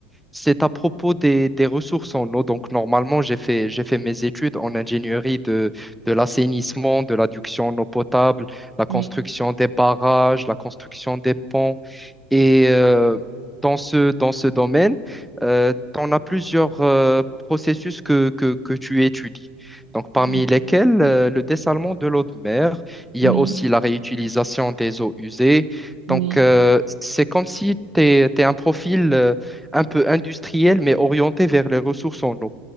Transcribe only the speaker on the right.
oui,
oui,
oui,
oui.